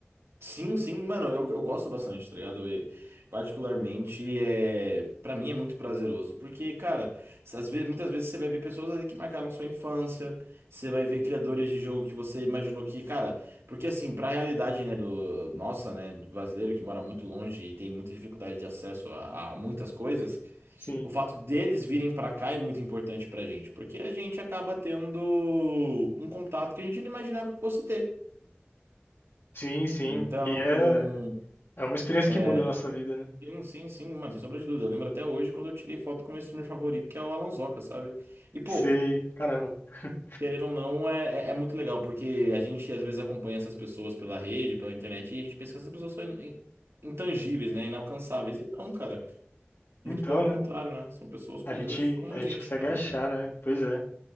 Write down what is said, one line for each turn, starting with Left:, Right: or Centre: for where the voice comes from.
Right: Sim, sim, mano, eu, eu gosto bastante, tá ligado? E, particularmente, é, para mim é muito prazeroso, porque, cara, às vezes, muitas vezes você vai ver pessoas ali que marcaram sua infância, você vai ver criadores de jogo que você imaginou que, cara, porque assim, pra realidade, né, do nossa, né, do brasileiro que mora muito longe e tem muita dificuldade de acesso a, a muitas coisas,
Left: Sim,
Right: o fato deles virem pra cá é muito importante pra gente, porque a gente acaba tendo um contato que a gente não imaginava que fosse ter.
Left: sim, sim.
Right: Então,
Left: E é, é uma experiência que
Right: é,
Left: muda a nossa vida, né?
Right: Sim, sim, sim, mano, sem sombra de dúvida. Eu lembro até hoje quando eu tirei foto com o meu streamer favorito, que é o Alonsoca, sabe? E, pô,
Left: Você, caramba. <laughs>
Right: querendo ou não, é, é, é muito legal, porque a gente às vezes acompanha essas pessoas pela rede, pela internet, e a gente pensa que essas pessoas são in- in- intangíveis, né? Inalcançáveis. E não, cara. Muito
Left: Então,
Right: pelo
Left: né?
Right: contrário, né? São pessoas comuns
Left: A gente,
Right: como
Left: a
Right: a gente,
Left: gente consegue
Right: cara.
Left: achar, né? Pois é.